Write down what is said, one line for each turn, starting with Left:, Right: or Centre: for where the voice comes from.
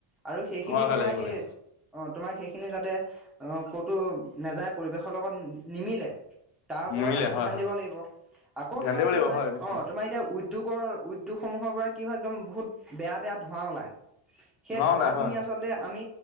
Centre: আৰু সেইখিনি
Left: হয় হয়
Centre: তোমাৰ
Left: লাগিব
Centre: সেই
Left: লাগিব
Centre: অ তোমাৰ সেইখিনি যাতে ক'তো নাযায় পৰিৱেশৰ লগত নিমিলে তাৰ ওপৰত
Left: নিমিলে
Centre: আমি
Left: হয়
Centre: ধ্যান
Left: হয়
Centre: দিব লাগিব আকৌ
Left: ধ্যান
Centre: তোমাৰ
Left: দিব লাগিব
Centre: কি হয়
Left: নিশ্চয়
Centre: অ তোমাৰ এতিয়া উদ্যোগৰ উদ্যোগসমূহৰ পৰা কি হয় একদম বহুত বেয়া বেয়া ধোঁৱা ওলায় সেই
Left: ধোঁৱা
Centre: ধোঁৱাখিনি
Left: ওলাই হয়
Centre: আচলতে আমি